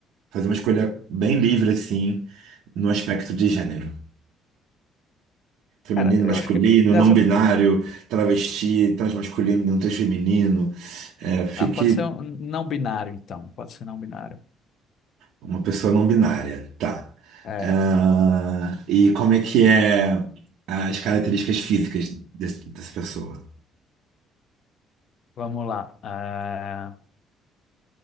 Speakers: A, on the right; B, on the left.
A: fazer uma escolha bem livre, assim, no aspecto de gênero. Feminino,
B: cara,
A: masculino,
B: eu acho que dessa.
A: não binário, travesti, transmasculino, não transfeminino. É, fique
B: Ah, pode ser um não binário, então. Pode ser não binário.
A: uma pessoa não binária, tá?
B: É,
A: Ah, e como é que é as características físicas desse- dessa pessoa?
B: vamos lá. Ah,